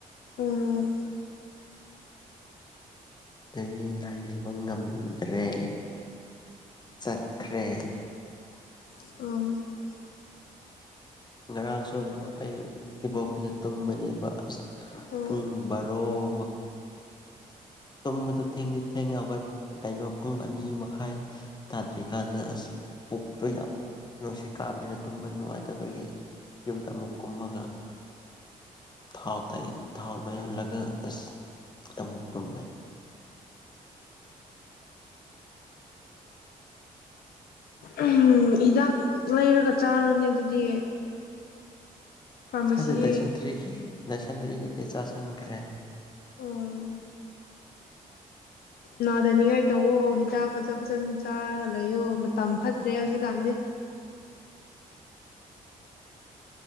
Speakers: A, on the left; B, on the left.
A: ꯎꯝ
B: ꯑꯗꯒꯤ ꯂꯥꯏꯌꯦꯡꯕ ꯉꯝꯗ꯭ꯔꯦ ꯆꯠꯈ꯭ꯔꯦ
A: ꯑ
B: ꯉꯔꯥꯡꯁꯨ ꯑꯃꯨꯛ ꯑꯩ ꯏꯕꯣꯛꯈꯗ ꯇꯨꯝꯕꯅꯦꯕ
A: ꯎꯝ
B: ꯄꯨꯡ ꯕꯥꯔꯣꯃ ꯇꯨꯝꯕꯗ ꯊꯦꯡꯗꯤ ꯊꯦꯡ ꯌꯥꯎꯒ ꯀꯩꯅꯣ ꯄꯨꯡ ꯑꯅꯤ ꯃꯈꯥꯏ ꯇꯥꯗ꯭ꯔꯤꯀꯥꯟꯗ ꯑꯁ ꯄꯨꯛꯇꯣ ꯌꯥꯝ ꯅꯨꯡꯁꯤꯠ ꯀꯥꯕꯅꯤꯅ ꯇꯨꯝꯕ ꯅꯨꯡꯉꯥꯏꯇꯕꯒꯤ ꯌꯨꯝꯗ ꯃꯨꯛꯀꯨꯃꯒꯥꯡ ꯊꯥꯎ ꯇꯥꯏ ꯊꯥꯎ ꯅꯣꯏꯍꯜꯂꯒ ꯑꯁ ꯑꯃꯨꯛ ꯇꯨꯝꯃꯦ
A: ꯎꯝ ꯍꯤꯗꯥꯛ ꯂꯩꯔꯒ ꯆꯥꯔꯨꯔꯅꯦ ꯑꯗꯨꯗꯤ ꯐꯥꯔꯃꯥꯁꯤ
B: ꯁꯔꯗꯦꯗꯁꯟꯇꯔꯦ ꯂꯁꯟꯗ꯭ꯔꯔꯤꯒꯤꯗꯤ ꯆꯥꯁꯤꯪꯈ꯭ꯔꯦ
A: ꯎꯝ ꯅꯥꯗꯅꯤꯡꯉꯥꯏ ꯇꯧꯑꯣ ꯍꯤꯗꯥꯛ ꯐꯖ ꯐꯖꯅ ꯆꯥꯔꯒ ꯂꯩꯌꯣ ꯃꯇꯝ ꯐꯠꯇ꯭ꯔꯦ ꯍꯧꯖꯤꯛꯀꯥꯟꯗꯤ